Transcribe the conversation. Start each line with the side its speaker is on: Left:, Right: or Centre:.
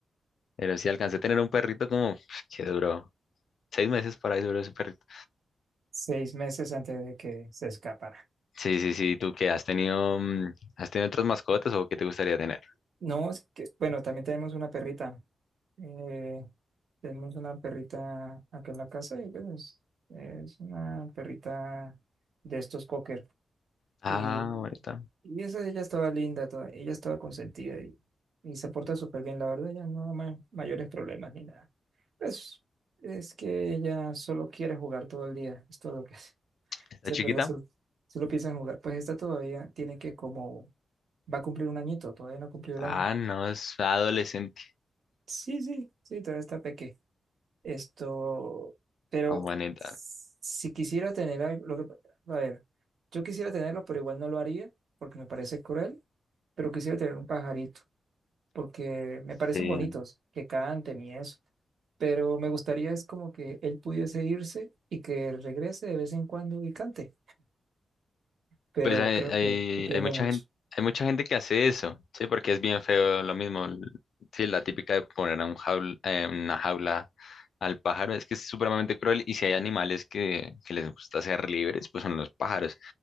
Left: Pero sí alcancé a tener un perrito como <sniffs> que duró seis meses para ahí duró ese perrito.
Right: Seis meses antes de que se escapara.
Left: Sí, sí, sí. ¿Tú qué has tenido? mm, ¿Has tenido otras mascotas o qué te gustaría tener?
Right: No, es que, bueno, también tenemos una perrita. eh, tenemos una perrita acá en la casa y pues es una perrita de estos cocker.
Left: Ah,
Right: Y,
Left: bonita.
Right: y esa ella estaba linda, toda, ella estaba consentida y, y se porta súper bien, la verdad, ya no da ma- mayores problemas ni nada. Pues es que ella solo quiere jugar todo el día, es todo lo que hace.
Left: ¿Está
Right: Esa
Left: chiquita?
Right: perra solo, solo piensa en jugar. Pues esta todavía tiene que como... Va a cumplir un añito, todavía no ha cumplido
Left: Ah,
Right: el año.
Left: no, es adolescente.
Right: Sí, sí, sí, todavía está peque. Esto, pero
Left: Ah, bonita.
Right: si quisiera tener algo, lo que, a ver, yo quisiera tenerlo, pero igual no lo haría porque me parece cruel, pero quisiera tener un pajarito porque me parecen
Left: Sí.
Right: bonitos, que canten y eso, pero me gustaría es como que él pudiese irse y que regrese de vez en cuando y cante, pero
Left: Pues hay,
Right: creo
Left: hay,
Right: que estoy pidiendo
Left: hay mucha
Right: mucho.
Left: gente, hay mucha gente que hace eso, sí, porque es bien feo lo mismo. l- Sí, la típica de poner a un jaul- eh, una jaula al pájaro es que es supremamente cruel. Y si hay animales que, que les gusta ser libres, pues son los pájaros